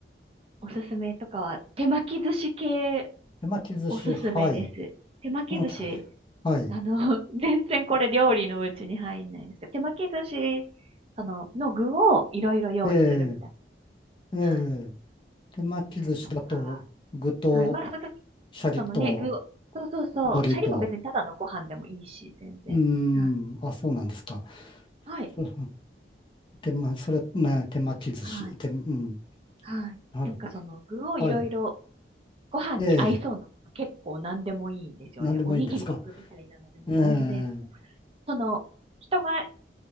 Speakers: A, on the right; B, on the left.
A: おすすめとかは、手巻き寿司系
B: 手巻き寿司、
A: おすすめです。
B: はい。
A: 手巻き寿司、
B: 手巻きはい。
A: あの、<laughs> 全然これ料理のうちに入んないんですけど、手巻き寿司、その、の具をいろいろ用意するみたいな。
B: ええ、ええ。
A: はい。
B: 手巻き寿司だと、
A: とか、
B: 具と、
A: はい。まあ、その時、
B: シャリと、
A: そのね、具を、そうそうそう。
B: 海苔と、
A: シャリも別にただのご飯でもいいし、全然。
B: うーん、
A: は
B: あ、そうなんですか。
A: い。
B: そう、手間、それ、ね、手巻き寿司。
A: はい。
B: 手、うん、
A: はい。
B: なる。
A: なんかその具をいろいろ、
B: はい。
A: ご飯に合いそうなもの結構何でもいいんですよね。
B: ええ、なんでもいいんですか。
A: おにぎりの具みたいなのでも全然。
B: ええ、
A: その、人が